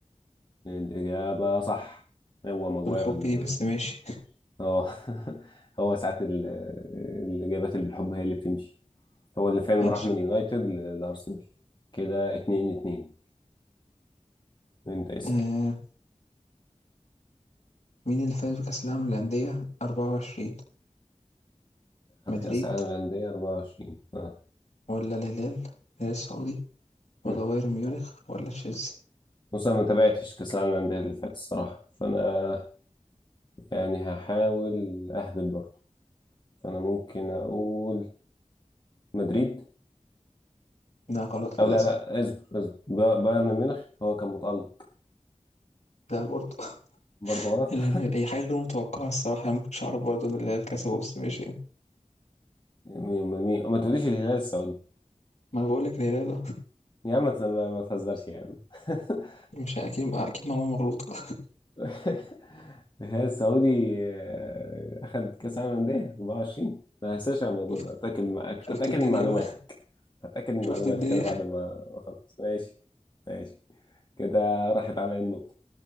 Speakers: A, on the left (about 35°); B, on the left (about 65°).
A: الاجابه صح هو ماجواير
B: بالحب
A: ال-
B: دي بس ماشي
A: اه <laughs> هو ساعات ال- الاجابات اللي بالحب هي اللي بتمشي هو اللي فعلا
B: ماشي
A: راح من يونايتد ل- لأرسنال كده اتنين اتنين انت اسأل
B: آه مين اللي فاز بكأس العالم للأندية 24
A: خد
B: مدريد
A: كأس العالم للأندية 24 اه
B: ولا الهلال الهلال السعودي ولا
A: مم.
B: بايرن ميونخ ولا تشيلسي
A: بص أنا ما تابعتش كأس العالم للأندية اللي فات الصراحة فأنا يعني هحاول أهبط برضه فأنا ممكن أقول مدريد
B: لا غلط
A: أو
B: للأسف
A: لا لا اصبر اصبر با- بايرن ميونخ هو كان متألق
B: لا برضه
A: برضه
B: <laughs>
A: غلط
B: الهلال
A: <laughs>
B: أي حاجة غير متوقعة الصراحة أنا مكنتش أعرف برضه إن الهلال كسبه بس ماشي يعني.
A: مين- مين- ما تقوليش الهلال السعودي
B: ما أنا باقول لك الهلال
A: يا عم ما ما تهزرش يا عم <laughs>
B: آه، مش أكيد أكيد معلومة مغلوطة <laughs>
A: <laughs> هي السعودي آه، أخد كأس عالم للأندية 24 ما هنساش على الموضوع
B: شُفت
A: ده أتأكد أتأكد
B: شُفت الدنيا
A: من معلوماتك
B: بقى،
A: أتأكد من
B: شُفت
A: معلوماتك
B: الدنيا
A: أنا بعد ما ما أخلص ماشي ماشي كده راحت عليا النقطة